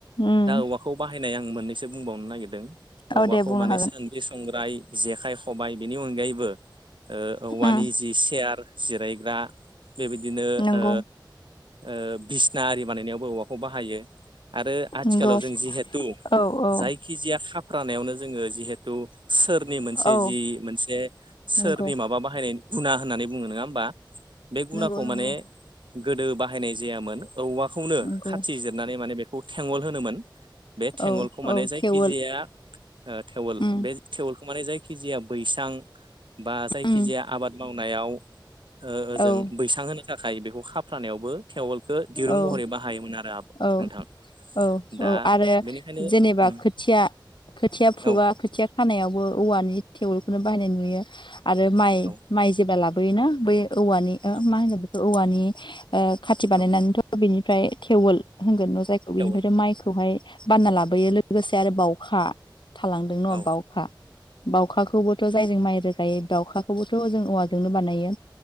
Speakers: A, on the left; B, on the right.
A: उम
B: दा औवाखौ बाहाय नाय आं मोननैसो बुंबावनो नागिरदों औवाखौ
A: औ दे बुंनो
B: माने
A: हागोन
B: सानद्रि संग्राय जेखाइ, खबाय बेनि अनगायैबो ओ औवानि
A: उम
B: जि सेयार जिरायग्रा बेबायदिनो
A: नंगौ
B: ओ ओ बिसना आरि बानायनायावबो औवाखौ बाहायो आरो आथिखालाव
A: नंगौ
B: जों जिहेथु
A: औ औ
B: जायखिजाया खाफ्रानायावनो जोङो जिहेथु सोरनि मोनसे
A: औ
B: जि मोनसे सोरनि
A: नंगौ
B: माबा बाहायनाय गुना होननानै बुङो नोङा होमबा बे गुनाखौ
A: नंगौ नंगौ
B: माने गोदो बाहायनाय जायामोन औवाखौनो
A: नंगौ
B: खाथि जिर नानै माने बेखौ थेङल होनोमोन बे थेंङलखौ
A: औ
B: माने
A: औ
B: जायखिजाया
A: थेवोल
B: ओ थेवोल
A: उम
B: बे थेवोलखौ माने जायखिजाया बैसां बा जायखिजाया
A: उम
B: आबाद मावनायाव ओ ओजों
A: औ
B: बैसां होनो थाखाय बेखौ खाफ्रानायावबो थेवोलखो दिरुं
A: औ
B: महरै बाहायोमोन आरो आब नोंथां
A: औ औ
B: दा
A: औ आरो
B: बेनिखायनो
A: जेनेबा
B: उम
A: खोथिया खोथिया फुबा
B: औ
A: खोथिया खानायावबो औवानि थेवोलखौनो बाहायनाय नुयो आरो माइ
B: औ
A: माइ जेब्ला लाबोयोना बे औवानि
B: औ
A: ओ मा होनो बेखौ औवानि ओ खाथि बानायनानैथ'
B: औ
A: बेनि फ्राय थेवोल होनगोन न जायखौ बिनिफ्रायथ
B: थेवोल
A: माइखौहाय बानना लाबोयो लोगोसे आरोबाव खा थालांदों न
B: औ
A: बावखा बावखाखौबो थ जायजों माइ रोगायो बावखाखौबोथ जों औवाजोंनो बानायो